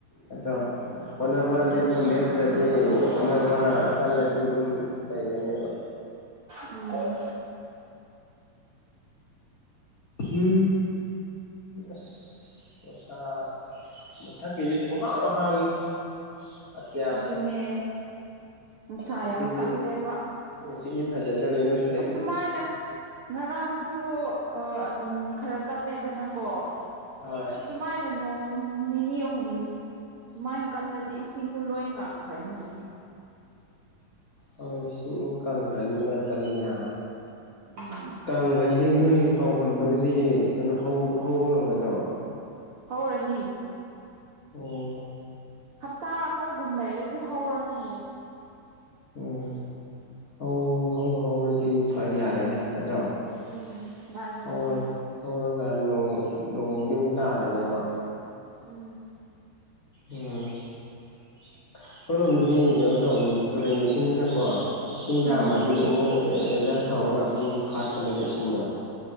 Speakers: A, on the left; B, on the right.
A: ꯑꯆꯥ ꯍꯣꯠꯅꯕ ꯂꯦꯞꯄꯨ
B: ꯃꯥꯅꯤ
A: ꯂꯦꯞꯇ꯭ꯔꯗꯤ
B: ꯃꯥꯅꯤ
A: ꯍꯣꯠꯅꯕ ꯀꯜꯂꯗꯤ ꯑꯗꯨꯝ ꯂꯩꯒꯅꯤꯕ
B: ꯎꯝ
A: ꯎ ꯑꯦ ꯗꯁꯥ ꯃꯊꯛꯀꯤꯁꯤ ꯄꯨꯛꯍꯥꯡ ꯍꯥꯡꯉꯤꯍꯦ ꯑꯇꯤꯌꯥꯁꯦ
B: ꯑꯗꯨꯅꯦ ꯅꯨꯡꯁꯥ
A: ꯉꯁꯤꯗꯤ
B: ꯌꯥꯝ ꯀꯜꯂꯦꯕ
A: ꯉꯁꯤꯗꯤ ꯐꯖꯗꯣꯔꯦ ꯅꯣꯏ
B: ꯑꯁꯨꯃꯥꯏꯅ ꯉꯔꯥꯡꯁꯨ ꯑꯗꯨꯝ ꯈꯔ ꯀꯜꯂꯦꯗꯅꯀꯣ
A: ꯍꯣꯏ꯫
B: ꯑꯁꯨꯃꯥꯏꯅ ꯅꯣꯡ ꯅꯤꯅꯤ ꯑꯍꯨꯝ ꯁꯨꯃꯥꯏꯅ ꯀꯜꯂꯗꯤ ꯏꯁꯤꯡꯗꯣ ꯂꯣꯏ ꯀꯪꯈ꯭ꯔꯅꯤ
A: ꯍ ꯏꯁꯤꯡꯕꯨ ꯀꯪꯈ꯭ꯔꯅꯤ ꯑꯗꯨꯃꯥꯏꯅ ꯀꯜꯂꯗꯍꯥ
B: ꯎꯝ
A: ꯀꯪꯒ꯭ꯔꯗꯤ ꯅꯣꯏ ꯐꯧ ꯍꯨꯟꯕꯗꯨꯗꯤ ꯀꯩꯅꯣ ꯍꯧ ꯍꯧꯕ ꯉꯝꯒꯗ꯭ꯔꯣ꯫
B: ꯍꯧꯔꯅꯤ
A: ꯑꯣ
B: ꯍꯞꯇꯥ ꯑꯃꯒꯨꯝ ꯂꯩꯔꯗꯤ ꯍꯧꯔꯅꯤ
A: ꯎꯝ ꯍꯧ ꯍꯧ ꯍꯧꯔꯗꯤ ꯐꯥ ꯌꯥꯔꯦꯗ꯫ ꯅꯠꯇ꯭ꯔꯣ
B: ꯎꯝ ꯃꯥꯅꯤ
A: ꯍꯧꯔ
B: ꯃꯥꯅꯤ꯫
A: ꯍꯧꯔꯒ ꯅꯣꯡ ꯅꯣꯡꯃꯗꯤꯃꯨꯛ ꯇꯥꯒꯅꯦꯕ
B: ꯎꯝ꯫
A: ꯎꯝ ꯑꯩꯈꯣꯏꯔꯣꯝꯗꯗꯤ ꯀꯩꯅꯣ ꯇꯧꯕꯅꯤ ꯇꯨꯔꯦꯟꯒꯤ ꯏꯁꯤꯡꯅꯤꯅꯀꯣ ꯁꯤ ꯌꯥꯝꯃꯗꯤ
B: ꯎꯝ
A: ꯑꯃꯨꯛ ꯑꯦꯗꯖꯁ ꯇꯧꯔꯒ ꯑꯗꯨꯝ ꯐꯥꯠꯄꯅꯦꯕ ꯏꯁꯤꯡꯗꯣ